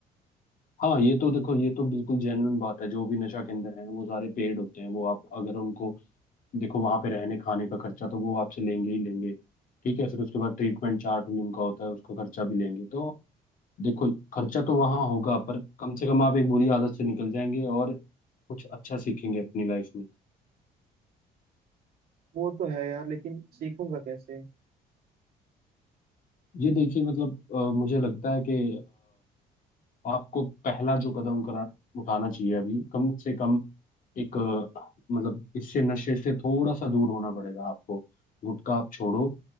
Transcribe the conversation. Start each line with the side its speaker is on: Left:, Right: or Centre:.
Left: हाँ ये तो देखो ये तो बिल्कुल जेन्युइन बात है जो भी नशा केंद्र है वो सारे पेड होते हैं वो आप अगर उनको देखो वहां पे रहने खाने का खर्चा तो वो आपसे लेंगे ही लेंगे ठीक है फिर उसके बाद ट्रीटमेंट चार्ट भी उनका होता है उसका खर्चा भी लेंगे तो देखो खर्चा तो वहां होगा पर कम से कम आप एक बुरी आदत से निकल जाएंगे और कुछ अच्छा सीखेंगे अपनी लाइफ में
Right: वो तो है यार लेकिन सीखूंगा कैसे
Left: ये देखिए मतलब अ, मुझे लगता है कि आपको पहला जो कदम करा उठाना चाहिए अभी कम से कम एक अ, मतलब इससे नशे से थोड़ा सा दूर होना पड़ेगा आपको गुटखा आप छोड़ो